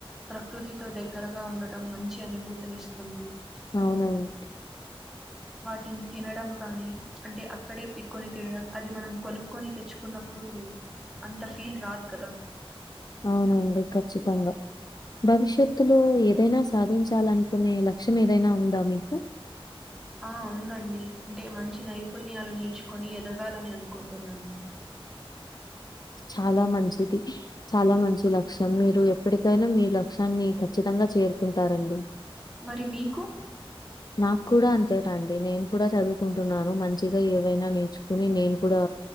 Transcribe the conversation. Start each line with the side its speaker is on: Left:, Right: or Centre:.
Centre: ప్రకృతితో దేగ్గరగా ఉండటం మంచి అనుభూతిని ఇస్తుంది
Left: అవునవును
Centre: వాటిని తినడం కాని అంటే అక్కడే పీక్కొని తినడం అది మనం కొనుక్కొని తెచ్చుకున్న ప్పుడు అంత ఫీల్ రాదు కదా
Left: అవునండి. ఖచ్చితంగా భవిష్యత్తులో ఏదైనా సాధించాలనుకునే లక్ష్యం ఏదైనా ఉందా మీకు
Centre: ఆ ఉందండి అంటే మంచి నైపుణ్యాలు నేర్చుకుొని ఎదగాలని అనుకుంటున్నాను
Left: చాలా మంచిది చాలా మంచి లక్ష్యం మీరు ఎప్పటికైనా మీ లక్ష్యాన్ని ఖచ్చి తంగా చేరుకుంటారండి
Centre: మరి మీకు
Left: నాకు కూడా అంతేనండి నేను కూడా చదువుకుంటున్నాను మంచిగా ఏవైనా నేర్చుకుని నేను కూడా